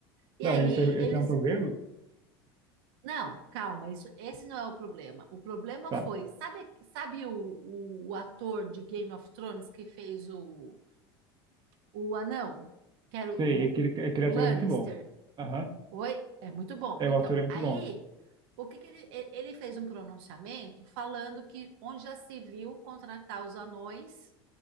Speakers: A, on the right; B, on the right.
A: E
B: Não,
A: aí
B: isso é,
A: eles,
B: esse é um problema?
A: não, calma, isso, esse não é o problema. O problema
B: Tá.
A: foi, sabe, sabe o, o, o ator de Game of Thrones que fez o, o anão, que era o,
B: Sei, aquele, aquele
A: o
B: ator
A: Lannister?
B: é muito bom. Aham.
A: Oi, é muito bom.
B: É,
A: Então,
B: o ator é muito
A: aí,
B: bom.
A: o que que ele, e- ele fez um pronunciamento falando que onde já se viu contratar os anões,